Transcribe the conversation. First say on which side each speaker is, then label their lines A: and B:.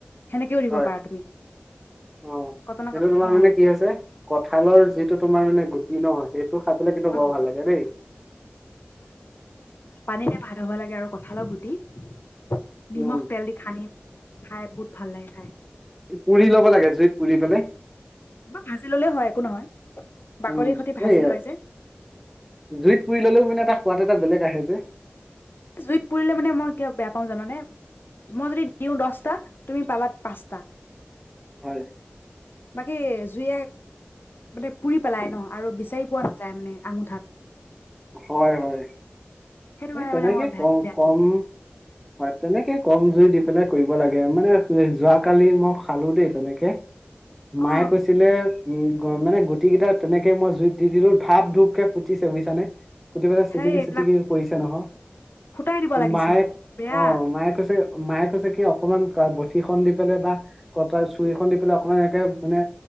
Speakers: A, on the left (about 60°); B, in the centre.
A: সেনেকেও দিব
B: হয়
A: পাৰা তুমি।
B: অ, কিন্তটো
A: কটনৰ কাপোৰ
B: তোমাৰ
A: অ
B: মানে কি হৈছে, কঠালৰ যিটো তোমাৰ মানে গুটি নহয়, সেই ত, খাই পলে কিন্তু
A: অ
B: বৰ ভাল লাগে দেই।
A: পানীৰে ভাত হ'ব লাগে। আৰু কঁঠালত গুটি
B: উম,
A: নিমখ তেল দি খানি খাই বহুত ভাল লাগে খাই।
B: পুৰি ল'ব লাগে, জুইত পুৰি পানে।
A: বা, ভাজি ললেও হয়, একো নহয়, বাকলিৰ
B: উম,
A: সতি ভাজি
B: এই
A: লয় যে।
B: জুইত পুৰি ললেও মানে এটা সোৱাদ এটা বেলেগ আহে যে।
A: জুইত পুৰিলে মানে মই কিয়া বেয়া পাওঁ জানানে। মই যদি দিওঁ দহটা, তুমি পাবা পাঁচটা।
B: হয়।
A: বাকী জুই মানে পুৰি পেলাই ন, আৰু বিচাৰি পোৱা নাযায় মানে, আঙুঠাক।
B: হয়, হয়,
A: কাৰণে
B: এই তেনেকে
A: মানে মই বেয়া
B: কম,
A: বেয়া
B: কম
A: পাওঁ
B: হয়, তেনেকে কম জুই দি পেলাই কৰিব লাগে মানে, যোৱাকালি মই খালো দেই তেনেকে।
A: অ
B: মায়ে, কৈছিলে। উ, মানে গুটি কেইটা তেনেকে মই জুই দি, দিলো ধাপ, ধূপকে পুতিছে বুজছানে। সুটি পেলাই
A: সেই
B: চিটিকি,
A: এইবিলাক
B: চিটিকি পৰিছে নহয়
A: ফুটাই দিব লাগিছিল
B: মায়ে
A: বেয়া
B: অ, মায়ে কৈছে। মায়ে কৈছে কি অকনমান বঠি খন দি পেলাই বা ক, তাৰ চুৰিখন দি পেলাই অকমান এনেকে মানে